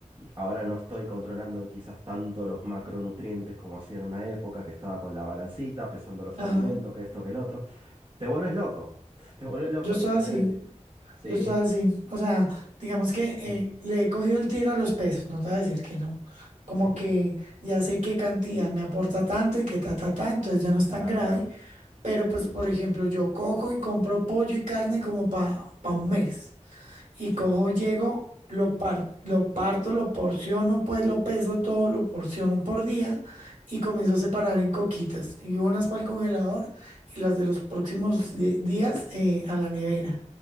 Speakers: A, on the right (about 45°); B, on the right (about 80°).
A: ahora no estoy controlando quizás tanto los macronutrientes como hacía en una época que estaba con la balancita, pesando los
B: Ajá.
A: alimentos, que esto, que el otro. Te vuelves loco. <laughs> Te vuelves loco,
B: Yo estoy
A: literalmente.
B: así,
A: Sí.
B: yo estoy así. O sea, digamos que eh,
A: Mm.
B: le he cogido el tiro a los pesos, no te voy a decir que no. Como
A: Sí,
B: que
A: sí.
B: ya sé qué cantidad me aporta tanto y qué ta, ta, ta, entonces ya no es
A: Claro,
B: tan grave
A: claro.
B: Pero pues,
A: Mm.
B: por ejemplo, yo cojo y compro pollo y carne como para un mes. Y
A: Sí.
B: cojo, llego, lo, par- lo parto, lo porciono, pues lo peso todo, lo porciono por día y comienzo a separar en coquitas. Y unas para el congelador y las de los próximos di- días eh, a la nevera.